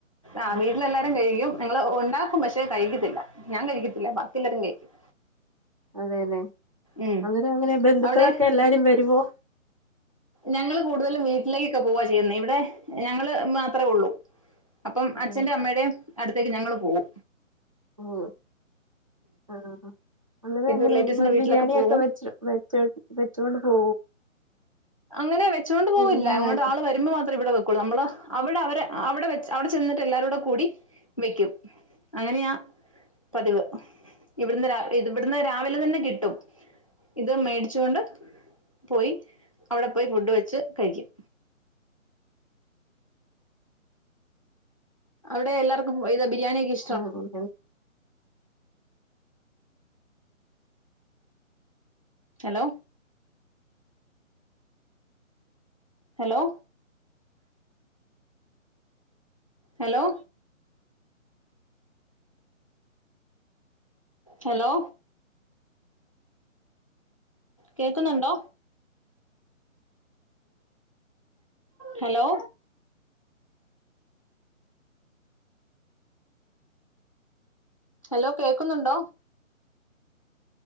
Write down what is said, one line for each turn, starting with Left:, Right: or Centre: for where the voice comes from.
Left: ആ
Right: ഉം
Left: വീട്ടിലെല്ലാരും കഴിക്കും ഞങ്ങള് ഒണ്ടാക്കും പക്ഷെ കഴിക്കത്തില്ല ഞാൻ കഴിക്കത്തില്ല ബാക്കി എല്ലാരും കഴിക്കും
Right: അതെ ല്ലെ
Left: ഉം
Right: അന്നേരം എങ്ങനെ ബന്ധുക്കളൊക്കെ
Left: അവിടെ
Right: എല്ലാരും വെരുവോ
Left: ഞങ്ങള് കൂട്തലും വീട്ടിലേക്കൊക്കെ പോവാ ചെയ്യുന്നേ ഇവിടെ ഞങ്ങള് മാത്രൊള്ളു അപ്പം അച്ഛന്റെ
Right: ഉം
Left: അമ്മടേം അട്ത്തേക്ക് ഞങ്ങള് പോം
Right: പോം ആ അങ്ങനെ
Left: പിന്നെ
Right: എങ്ങനെ
Left: റിലേറ്റീവ്സിന്റെ
Right: നിങ്ങള്
Left: വീട്ടിലൊക്കെ
Right: ബിരിയാണിയൊക്കെ
Left: പോകും
Right: വെച്ച് വെ ച്ച് വെച്ചോണ്ട് പോ
Left: അങ്ങനെ വെച്ചോണ്ട് പോവില്ല
Right: പെരുന്നാളായിട്ട്
Left: അങ്ങോട്ട് ആള് വ രുമ്പ മാത്രേ ഇവടെ വെക്കൊള്ളു നമ്മള് അവടെ അവരെ അവടെ അവടെ ചെന്ന്ട്ട് എല്ലാരും കൂടെ കൂടി വെയ്ക്കും അങ്ങനെയാ പതിവ് ഇവിട്ന്ന് രാ ഇവിട്ന്ന് രാവിലെ തന്നെ കിട്ടും ഇത് മേടിച്ചോണ്ട് പോയി അവടെ പോയി ഫുഡ് വെച്ച് കഴിക്കും അവടെ എല്ലാർക്കും ഇതാ ബിരിയാണിയൊക്കെ ഇഷ്‌
Right: ആഹഹ
Left: ഹലോ ഹലോ ഹലോ ഹലോ കേക്ക്ന്നുണ്ടോ ഹലോ ഹലോ കേക്ക്ന്നുണ്ടോ